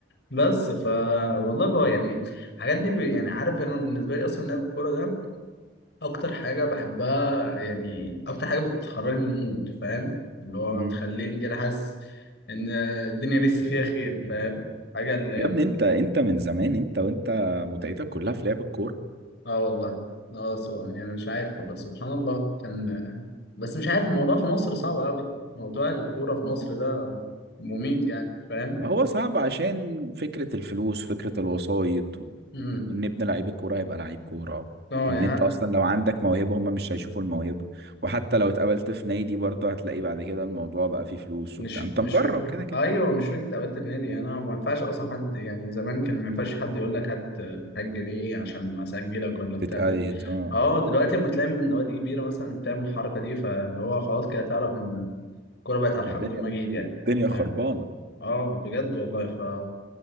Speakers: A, on the left; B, on the right.
A: بس ف والله بقى يعني الحاجات دي ب... يعني عارف انا بالنسبه لي اصلا لعب الكوره ده اكتر حاجه بحبها يعني اكتر حاجه بتخرجني من المود فاهم اللي هو
B: مم.
A: تخليني كده حاسس ان الدنيا لسه فيها خير فاهم حاجه اللي هي
B: يا ابني
A: مت...
B: انت انت من زمان انت وانت متعتك كلها في لعب الكوره
A: اه والله اه سو... يعني مش عارف والله سبحان الله كان بس مش عارف الموضوع في مصر صعب قوي موضوع الكوره في مصر ده مميت يعني فاهم
B: هو صعب عشان فكرة الفلوس فكرة الوسايط و...
A: امم
B: وان ابن لعيب الكورة هيبقى لعيب كورة
A: اه
B: وان
A: يعني
B: انت اصلا لو عندك موهبة هم مش هيشوفوا الموهبة وحتى لو اتقابلت في نادي برضه هتلاقي بعد كده الموضوع بقى فيه فلوس
A: مش
B: وبتاع انت
A: مش
B: مجرب
A: ف...
B: كده كده
A: ايوه مش فكره ابات النادي انا ما ينفعش اصلا حد يعني زمان كان ما ينفعش حد يقول لك هات هات جنيه عشان ما اسجلك ولا بتاع
B: تتقيد
A: دل...
B: اه آه.
A: اه دلوقتي اما تلاقي من نوادي كبيره مثلا بتعمل الحركه دي فاللي هو خلاص كده تعرف ان الكوره بقت على حميد
B: الدنيا
A: المجيد يعني
B: الدنيا خربانة
A: فاهم؟ اه بجد والله ف